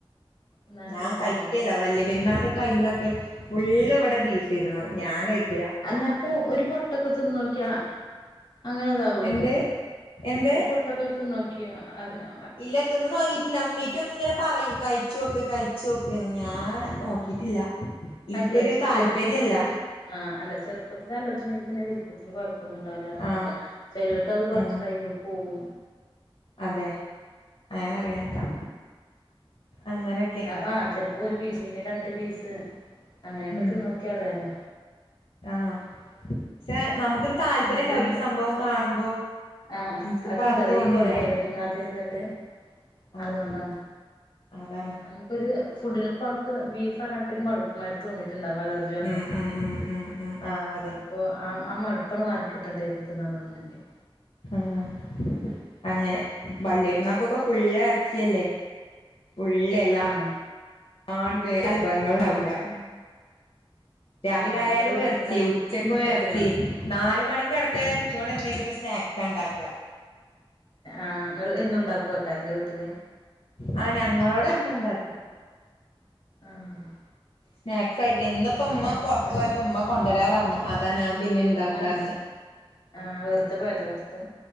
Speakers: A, on the left; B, on the left.
A: തിന്നാനും
B: ഞാൻ
A: തോന്നൂലല്ലെ
B: കഴിക്കില്ല വലിയ പെരുന്നാളിന്റെ ടൈമിലൊക്കെ ഫുള്ള് ഇവിടെ ബീഫ് ആയിരുന്നു ഞാൻ കഴിക്കില്ല
A: അല്ലാത്തപ്പൊ ഒരു പൊട്ടൊക്കെ തിന്ന് നോക്കിയാ അങ്ങനെതാവോ
B: എന്ത് എന്ത്
A: ഒരു പൊട്ടൊക്കെ തിന്ന് നോക്കിയാ ആവുമോ
B: ഇല്ല തിന്ന് നോങ്ങിയിട്ടില്ല അമ്മീട്ടും ഇങ്ങനെ പറയും കഴിച്ചോക്ക് കഴിച്ചു നോക്കന്ന് ഞാൻ നോക്കിട്ടില്ല ഇനക്കൊരു
A: അല്ലേ
B: താല്പര്യല്ല
A: ചെറുപ്പത്തിലാ ആഹ് അല്ല ചെറുപ്പത്തിൽ ആലർജിണ്ടെങ്കി ചെറുപ്പത്തില് കുഴപ്പൊന്നും ഉണ്ടാവില്ലാ പറയണ
B: ആഹ്
A: കേൾക്ക ചിലർക്ക് അത് കൊറച്ച്
B: ഉം
A: കഴിയുമ്പോ പോകും
B: അതെ അങ്ങനെ അറിയണ കേട്ട അങ്ങനൊക്കെ
A: ആഹ് ചെലപ്പോ ഒരു പീസ് പിന്നെ രണ്ട് പീസ് അങ്ങനെയൊക്കെ
B: ഉം
A: തിന്ന് നോക്കിയ അറിയാലോ
B: ആഹ് പക്ഷെ നമുക്കൊരു താല്പര്യം
A: എന്നിട്ട്
B: ഉണ്ടാവില
A: ഉമ്മ
B: സംഭവം കാണുമ്പോ
A: ആഹ്
B: എനിക്കിപ്പ
A: അതെന്താന്നറിയോ
B: അത് തോന്നില്ല
A: ഈ കൊറയായില്ല തിന്നാതിരുന്നിട്ട്
B: ആഹ്
A: അതുകൊണ്ടാണ്
B: അതാണ്
A: നമുക്ക് ഒരു ഫുഡിലിപ്പോ അവക്ക് ബീഫ് <unintelligible> ഒരു മടുപ്പമാര് തോന്നിയിട്ടുണ്ടാാവും അലർജി
B: ഉം
A: ട്ട
B: ഉം ഉം ഉം ഉം ആഹ് അതെ
A: അപ്പൊ ആഹ് ആഹ് മടുപ്പങ്ങ് മാറിക്കിട്ടണ്ടന്നന്നെങ്കിൽ
B: അങ്ങനെ അങ്ങനെ വല്ല്യ പെര്ന്നാകൊക്കെ ഫുള്ള് ഇറച്ചിയല്ലെ ഫുള്ള് എല്ലാടത്തും
A: ആഹ്
B: വേറെ വിഭവങ്ങളാവൂല
A: ഇറച്ചി
B: രാവിലായാലും
A: ആഹ് നിങ്ങളടെ വീട്ടിലുണ്ട
B: ഇറച്ചി ഉച്ചക്കും
A: ഉണ്ടാക്കീനോ
B: ഇറച്ചി നാല്മണി <unintelligible> ഇറച്ചി കൊണ്ട് എന്തെങ്കിലും സ്നാക്സാണ്ടാക്ക
A: ആഹ് ങ്ങള് എന്നുണ്ടാകൊയ്കാരം ല്ലെ വീട്ടില്
B: ആഹ് ഞങ്ങളോടെ എന്നുണ്ടാക്കും
A: ആഹ്
B: സ്നാക് ആയിട്ട് ഇന്നിപ്പ മ്മ
A: എന്നക്കത്
B: പുറത്തു പോയപ്പോ മ്മ കൊണ്ടുവരാ പറഞ്ഞു അതാ ഞാൻ പിന്നെ ഉണ്ടാക്കാതിര്ന്നത്
A: ഉമ്മ എന്താ ആഹ് വെറുതെ പോയതാ പുറത്ത്